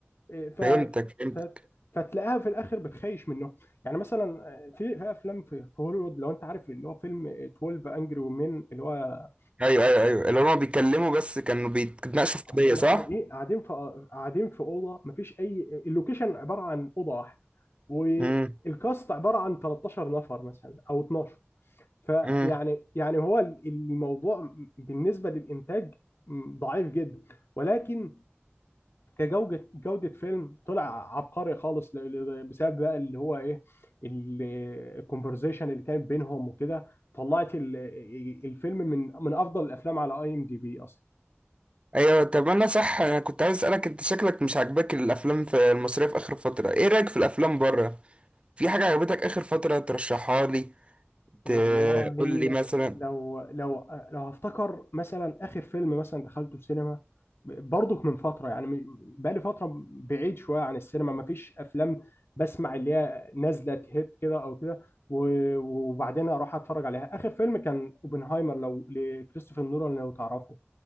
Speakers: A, on the left; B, on the right.
A: إيه، ف
B: فهمتك فهمتك
A: ف فتلاقيها في الاخر بتخيش منهم يعني مثلا في في افلام في في هوليوود لو انت عارف اللي هو فيلم 12 انجري ومين اللي هو
B: ايوه ايوه ايوه اللي هما بيتكلموا بس كانوا بيتناقشوا في قضية
A: هم
B: صح؟
A: قاعدين قاعدين في قاعدين في اوضه مفيش اي اللوكيشن عباره عن اوضه واحده والكاست
B: امم
A: عباره عن 13 نفر مثلا او 12 فيعني
B: امم
A: يعني هو الموضوع بالنسبه للانتاج ضعيف جدا ولكن كجوده جوده فيلم طلع عبقري خالص ل- ل- بسبب بقى اللي هو ايه ال- الكونفرزيشن اللي كانت بينهم وكده طلعت ال- الفيلم من من افضل الافلام على اي ام دي بي اصلا
B: ايوه طب انا صح انا كنت عايز اسالك انت شكلك مش عاجباك الافلام في المصريه في اخر فتره ايه رايك في الافلام بره في حاجه عجبتك اخر فتره ترشحها لي
A: والله
B: تقول لي مثلا
A: لو لو لو هفتكر مثلا اخر فيلم مثلا دخلته السينما برضك من فتره يعني من- بقالي فتره بعيد شويه عن السينما ما فيش افلام بسمع اللي هي نازله هيت كده او كده و- وبعدين اروح اتفرج عليها اخر فيلم كان اوبنهايمر لو لكريستوفر نولان لو تعرفه